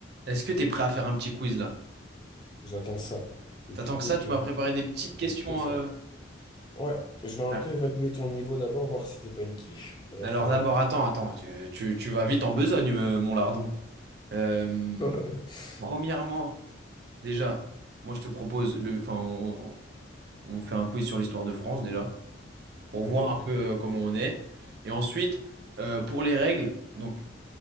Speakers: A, on the right; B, on the left.
A: Est-ce que t'es prêt à faire un petit quiz là?
B: J'attends ça. Depuis
A: T'attends
B: le début,
A: que ça, tu m'as préparé des petites
B: j'attends
A: questions.
B: que ça.
A: euh.
B: Ouais, je vais un
A: Ah.
B: peu évaluer ton niveau d'abord, voir si t'es pas une quiche, et après.
A: Alors d'abord, attends, attends, tu, tu- tu vas vite en besogne, euh, mon lardon. Euh,
B: <laughs>
A: premièrement, déjà, moi je te propose le, enfin, on, on- on fait un quiz sur l'histoire de France déjà pour
B: Ok,
A: voir un peu euh, comment on est. Et ensuite, euh, pour les règles, donc